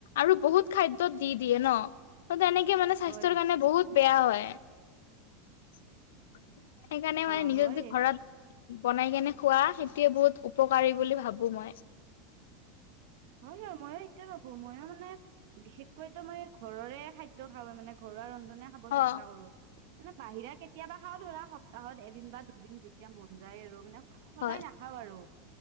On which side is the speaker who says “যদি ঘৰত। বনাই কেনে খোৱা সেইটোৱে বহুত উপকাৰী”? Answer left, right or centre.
Left